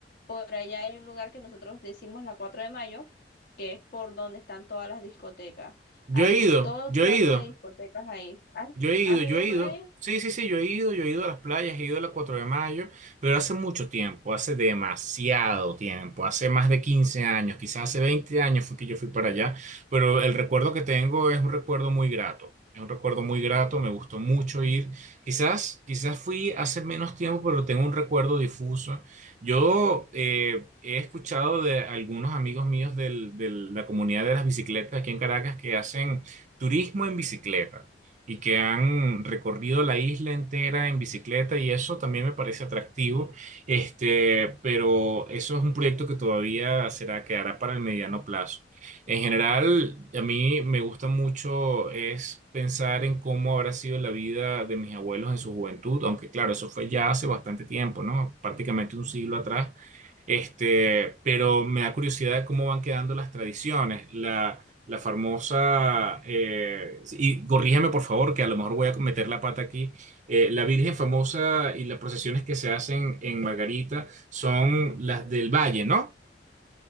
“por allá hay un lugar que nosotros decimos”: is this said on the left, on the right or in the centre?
Left